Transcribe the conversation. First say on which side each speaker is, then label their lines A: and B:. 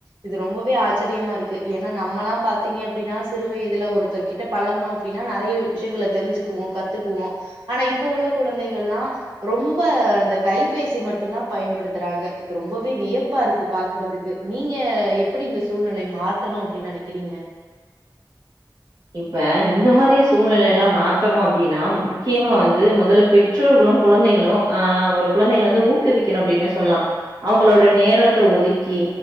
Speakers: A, on the right; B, on the right.
A: இது ரொம்போவே ஆச்சரியமா இருக்கு ஏன்னா நம்மல்லாம் பாத்தீங்க அப்படின்னா சிறு வயதுல ஒரு த்தர் கிட்ட பழகணொம் அப்டின்னா நறைய விஷயங்கள தெரிஞ்சுக்குவோம் கத்துக்குவோம் ஆனா இப் இப்ப உள்ள குழந்தைகல்லாம் ரொம்ப அந்த கைபேசி மட்டும் தான் பயன்படுத்துறாங்க இது ரொம்பவே வியப் ப்பா இருக்கு பாக்குறதுக்கு நீங்க எப்படி இந்த சூழ்நிலைய மாத்தணும் அப்படின்னு நெனைக்கிறீங்க
B: இப்ப இந்த மாரிய சூழ்நிலைலாம் மாத்தணும் அப்டின்னா முக்கியமா வந்து மொதல்ல பெட் ற்றோர்களும் கொழந்தைகளும் ஆ ஒரு குழந்தைகள வந்து ஊக்குவிக்கணும் அப்டின்னே சொல்லாம் அவங்களோட நேரத்த ஒதுக்கி